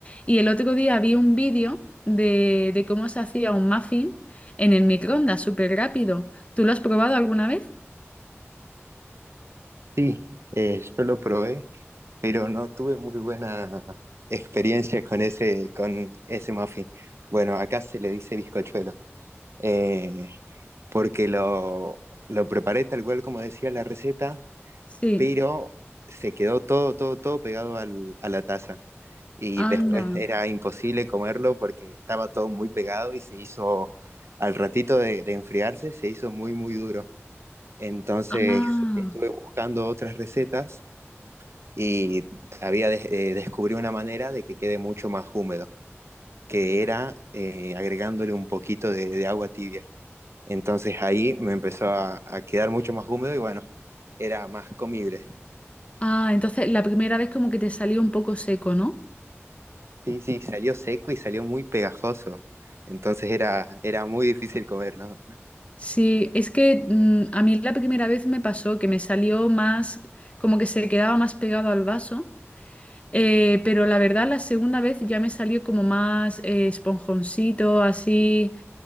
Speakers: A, on the left; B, on the right.
A: Y el otro día vi un vídeo de, de cómo se hacía un muffin en el microondas, súper rápido. ¿Tú lo has probado alguna vez?
B: Sí, eh, yo lo probé, pero no tuve muy buena experiencia con ese, con ese muffin. Bueno, acá se le dice bizcochuelo, eh, porque lo, lo preparé tal cual como decía la receta,
A: Sí.
B: pero se quedó todo, todo, todo pegado al- a la taza. Y después
A: Anda.
B: era imposible comerlo porque estaba todo muy pegado y se hizo, al ratito de, de enfriarse, se hizo muy, muy duro. Entonces
A: Ah.
B: estuve buscando otras recetas y había des- eh, descubrí una manera de que quede mucho más húmedo, que era eh, agregándole un poquito de, de agua tibia. Entonces ahí me empezó a, a quedar mucho más húmedo y bueno, era más comible.
A: Ah, entonces la primera vez como que te salió un poco seco, ¿no?
B: Sí, sí, salió seco y salió muy pegajoso. Entonces era, era muy difícil comer, ¿no?
A: Sí, es que mm, a mí la primera vez me pasó que me salió más, como que se quedaba más pegado al vaso, eh, pero la verdad la segunda vez ya me salió como más eh, esponjoncito, así,